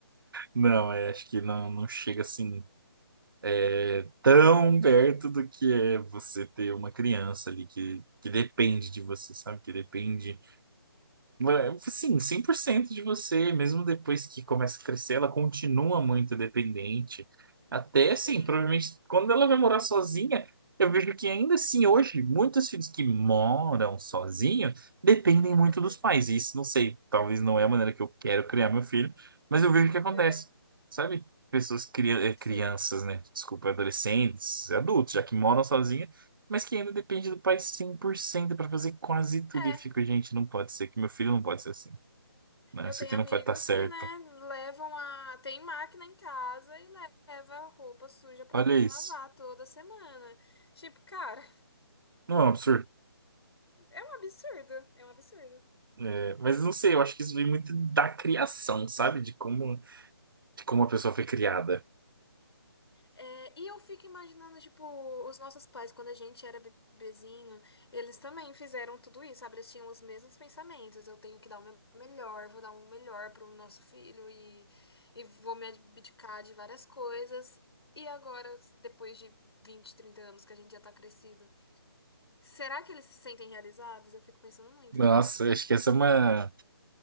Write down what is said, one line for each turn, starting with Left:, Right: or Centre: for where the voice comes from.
Right: Não, é, acho que não, não chega assim é, tão perto do que é você ter uma criança ali que, que depende de você, sabe? Que depende Ma- Sim, 100% de você, mesmo depois que começa a crescer, ela continua muito dependente. Até
Left: Sim.
Right: assim, provavelmente quando ela vai morar sozinha, eu vejo que ainda assim hoje, muitos filhos que moram sozinhos dependem
Left: <laughs>
Right: muito dos pais. E Isso não sei, talvez não é a maneira que eu quero criar meu filho, mas eu vejo que acontece,
Left: É,
Right: sabe? Pessoas, cri eh,
Left: sim.
Right: crianças, né? Desculpa, adolescentes, adultos, já que moram sozinhos mas que ainda depende do pai 100% para fazer quase tudo.
Left: É,
Right: E eu fico, gente, não pode ser que meu filho não pode ser assim. Né?
Left: eu
Right: Isso
Left: tenho
Right: aqui
Left: amigos
Right: não vai estar certo.
Left: que, né, levam a. Tem máquina em casa e leva a roupa suja pra
Right: Olha
Left: mãe
Right: isso.
Left: lavar toda semana. Tipo, cara,
Right: Não é um absurdo.
Left: <laughs> é um absurdo. É um absurdo.
Right: É, mas não sei, eu acho que isso vem muito da criação, sabe? De como, de como a pessoa foi criada.
Left: É, e eu fico imaginando, tipo, os nossos pais, quando a gente era bebezinho, eles também fizeram tudo isso, sabe? Eles tinham os mesmos pensamentos. Eu tenho que dar o meu melhor, vou dar o melhor pro nosso filho e, e vou me abdicar de várias coisas. E agora, depois de 20 30 anos que a gente já tá crescido, será que eles se sentem realizados? Eu fico pensando muito
Right: Nossa,
Left: nisso.
Right: eu acho que essa é uma.